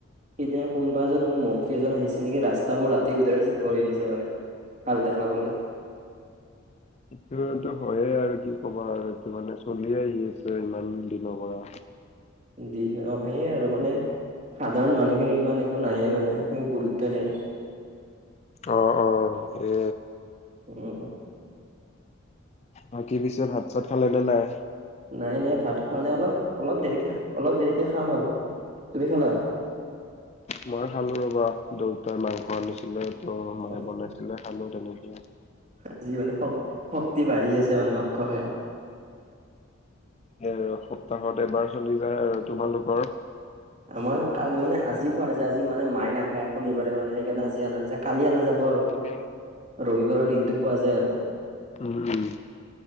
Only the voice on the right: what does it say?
সিদিনা কোনোবা এজন মানে মন্ত্ৰী এজন আহিছে নেকি ৰাস্তাবোৰ ৰাতিৰ ভিতৰতে ঠিক কৰি দিছে মানে। ভাল দেখাবলৈ।
দিন অ সেইয়ে আৰু মানে সাধাৰণ মানুহখিনি ইমান একো নাই ৱে মানে স গুৰুত্ব নাই।
উম।
নাই নাই ভাত খোৱা নাই অলপ অলপ দেৰিকে অলপ দেৰিকে খাম আৰু। তুমি খালা?
অ
আজি মানে শক্তি বাঢ়ি আছে মানে মাংস খাই।
আমাৰ কালি মানে আজি খোৱা নাযায় আজি মানে মাই নাখায় শনিবাৰে মানে সেইকাৰণে আজি অনা নাযায় কালি অনা যাব আৰু।
ৰবিবাৰৰ দিনটো খোৱা যায় আৰু